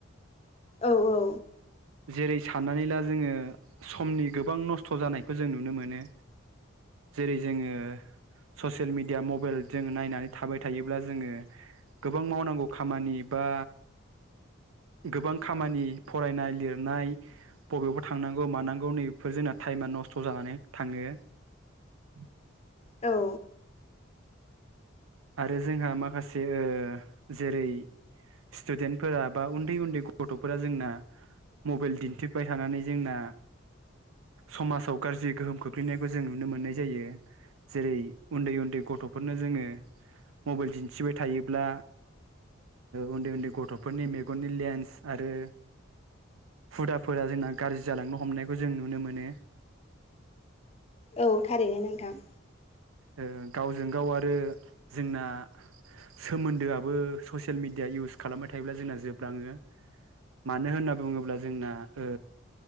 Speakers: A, on the left (about 30°); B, on the right (about 75°).
A: औ औ
B: जेरै साननानै ला जोङो समनि गोबां नस्थ' जानायखौ जों नुनो मोनो। जेरै जोङो ससियेल मिडिया मबाइल जो नायनानै थाबाय थायोब्ला जोङो गोबां मावनांगौ खामानि बा गोबां खामानि फरायनाय लिर नाय बबेयावबा थांनांगौ मानांगौ नैबेफोर जोंना टाइमा नस्थ' जानानै थाङो। <unintelligible>
A: औ।
B: आरो जोंहा माखासे ओ जेरै स्टुडेन्टफोरा बा उन्दै उन्दै गथ'फोरा जोंना मबाइल दिन्थिबाय थानानै जोंना समाजाव गाज्रि गोहोम खोख्लैनायखौ जों नुनो मोननाय जायो। जेरै उन्दै उन्दै गथ'फोरनो जोङो मबाइल दिन्थिबाय थायोब्ला उन्दै उन्दै गथ'फोरनि मेगननि लेन्स आरो हुदाफोरा जोंना गाज्रि जालांनो हमनायखौ जों नुनो मोनो।
A: औ थारैनो नोंथां।
B: ओ गावजों गाव आरो जोंना सोमोन्दोआबो ससियेल मिडिया। इउस खालामबाय थायोब्ला जोंना जोबलाङो। मानो होनना बुङोब्ला जोंना ओ